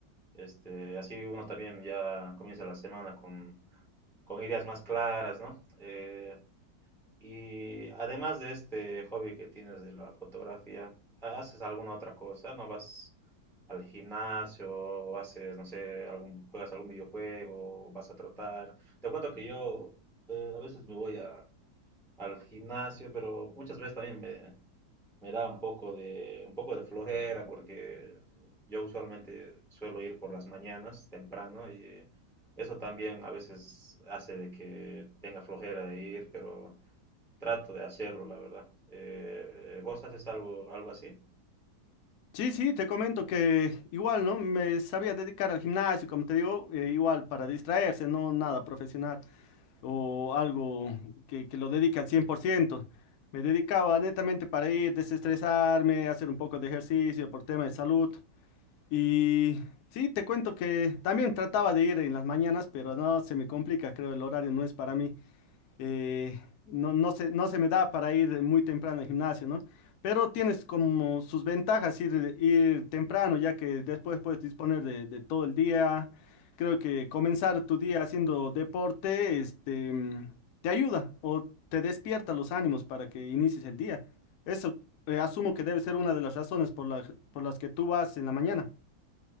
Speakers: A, in the centre; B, on the left (about 70°).
A: Este, así uno también ya comienza la semana con, con ideas más claras, ¿no? Eh, y además de este hobby que tienes de la fotografía, ¿haces alguna otra cosa? ¿No vas al gimnasio o haces, no sé, algún, juegas algún videojuego o vas a trotar? Te cuento que yo eh, a veces me voy a- al gimnasio, pero muchas veces también me da un poco de, un poco de flojera porque yo usualmente suelo ir por las mañanas temprano y eso también a veces hace de que tenga flojera de ir, pero trato de hacerlo, la verdad. Eh, ¿vos haces algo, algo así?
B: Sí, sí, te comento que igual, ¿no? Me sabía dedicar al gimnasio, como te digo, eh, igual para distraerse, no nada profesional o algo que, que lo dedique al cien por ciento Me dedicaba netamente para ir, desestresarme, hacer un poco de ejercicio por tema de salud. Y sí, te cuento que también trataba de ir en las mañanas, pero no, se me complica, creo, el horario no es para mí. eh, no, no se, no se me da para ir muy temprano al gimnasio, ¿no? Pero tienes como sus ventajas ir, ir temprano, ya que después puedes disponer de, de todo el día. Creo que comenzar tu día haciendo deporte, este, mm, te ayuda o te despierta los ánimos para que inicies el día. Eso, eh, asumo que debe ser una de las razones por las, por las que tú vas en la mañana.